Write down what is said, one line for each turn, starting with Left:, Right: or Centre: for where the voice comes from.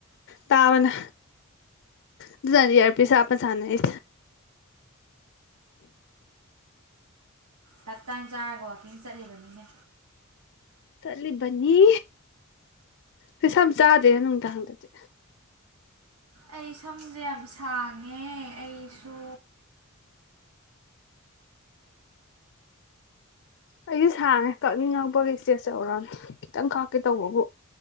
Left: ꯇꯥꯕꯅ ꯑꯗꯨꯅꯅꯤ ꯏꯌ‌꯭ꯔꯃꯤꯁ ꯍꯥꯝꯄ ꯁꯥꯟꯅꯩ
Right: ꯇꯞ ꯇꯥꯏꯅ ꯆꯥꯔꯒ ꯋꯥꯛꯀꯤꯡ ꯆꯠꯂꯤꯕꯅꯤꯅꯦ
Left: ꯆꯠꯂꯤꯕꯅꯤ ꯀꯩꯁꯨ ꯌꯥꯝ ꯆꯥꯗꯦꯅ ꯅꯨꯡꯗꯥꯡꯗꯗꯤ
Right: ꯑꯩ ꯁꯝꯁꯦ ꯌꯥꯝ ꯁꯥꯡꯉꯦ ꯑꯩꯁꯨ
Left: ꯑꯩꯁꯨ ꯁꯥꯡꯉꯦ ꯀꯛꯅꯤꯡꯉꯛꯄꯒꯤ ꯏꯁꯇꯦꯁ ꯆꯧꯔꯥꯡꯅꯤ ꯈꯤꯇꯪ ꯀꯥꯛꯀꯦ ꯇꯧꯕꯕꯨ